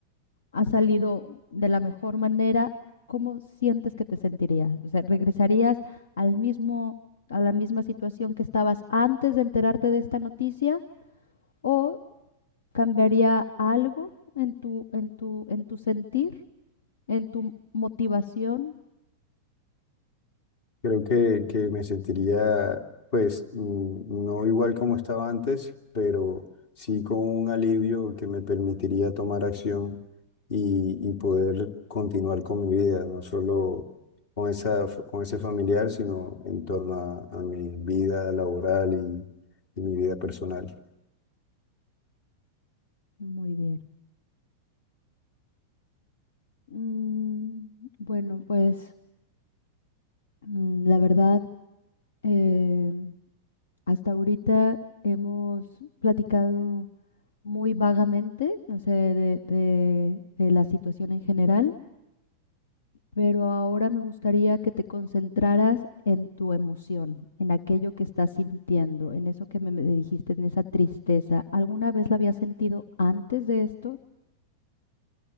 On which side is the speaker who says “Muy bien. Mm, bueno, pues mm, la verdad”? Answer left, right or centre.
Left